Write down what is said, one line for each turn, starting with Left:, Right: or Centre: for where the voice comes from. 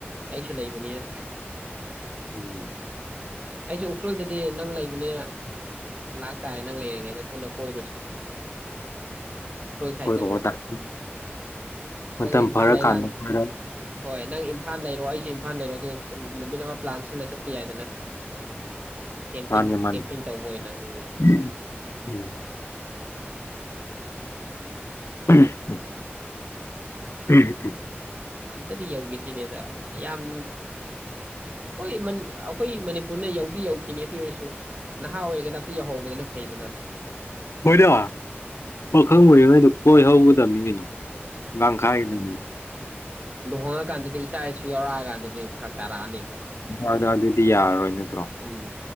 Right: ꯇꯥꯏ ꯆ ꯂꯩꯏꯕꯅꯤꯔ
Left: ꯎꯝ
Right: ꯑꯩꯁꯨ ꯎꯈ꯭ꯔꯨꯜꯗꯗꯤ ꯅꯪ ꯂꯩꯕꯅꯤꯅ ꯂꯥꯛꯇꯥꯔꯦ ꯅꯪ ꯂꯩꯔꯤꯉꯩꯗ ꯄꯨꯟꯅ ꯀꯣꯏꯔꯨꯁꯤ ꯁꯥꯏꯠꯇꯕꯨ
Left: ꯀꯣꯏꯔꯛꯑꯣ ꯃꯇꯝ
Right: ꯅꯪ ꯏꯝꯐꯥꯜ
Left: ꯐꯔꯀꯥꯟꯗ
Right: ꯂꯩꯔꯀꯥꯟ
Left: ꯈꯣꯏꯔ
Right: ꯍꯣꯏ ꯅꯪ ꯏꯝꯐꯥꯜ ꯂꯩꯔꯣ ꯑꯩꯁꯨ ꯏꯝꯐꯥꯜ ꯂꯩꯔꯣ ꯑꯗꯨ ꯅꯨꯃꯤꯠ ꯑꯃ ꯄ꯭ꯂꯥꯟ ꯁꯤꯅ ꯆꯠꯄ ꯌꯥꯏꯗꯅ ꯀꯦꯝꯄꯤꯡ
Left: ꯃꯥꯅꯤ ꯃꯥꯅꯤ
Right: ꯀꯦꯝꯄꯤꯡ ꯇꯧꯕ ꯑꯣꯏꯅ ꯎꯝ
Left: ꯎꯝ ꯎꯝ <unintelligible>
Right: ꯑꯝꯇꯗꯤ ꯌꯧꯈꯤꯦꯁꯤꯅꯦꯗ ꯌꯥꯝ ꯍꯣꯏ ꯑꯩꯈꯣꯏ ꯃꯅꯤꯄꯨꯔꯅ ꯌꯧꯗꯤ ꯌꯧꯈꯤꯅꯤ ꯑꯗꯨ ꯑꯣꯏꯔꯁꯨ ꯅꯍꯥ ꯑꯣꯏꯔꯤꯒꯩꯗ ꯑꯝꯇ ꯌꯧꯍꯧꯕꯗꯅ ꯐꯩꯗꯅ
Left: ꯍꯣꯏꯗ ꯄꯥꯈꯪ ꯑꯣꯏꯔꯤꯉꯩꯗꯣ ꯀꯣꯏ ꯍꯧꯒꯗꯕꯅꯤ ꯀꯩꯅꯣ ꯂꯈꯥꯏꯅꯦ
Right: ꯑꯗꯨ ꯍꯣꯡꯉꯛꯀꯥꯟꯗꯗꯤ ꯏꯆꯥ ꯏꯁꯨ ꯌꯥꯎꯔꯛꯑꯀꯥꯟꯗꯗꯤ ꯐꯔꯛ ꯇꯥꯔꯛꯑꯅꯤ
Left: ꯎꯗ ꯑꯗꯨꯗꯤ ꯌꯥꯔꯔꯣꯏ ꯅꯠꯇ꯭ꯔꯣ
Right: ꯎꯝ